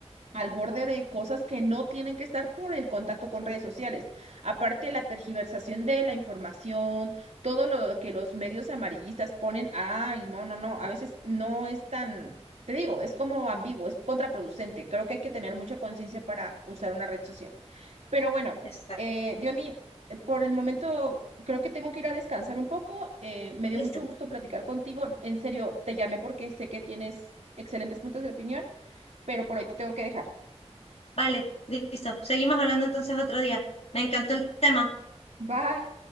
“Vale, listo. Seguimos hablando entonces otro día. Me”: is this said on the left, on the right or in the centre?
Left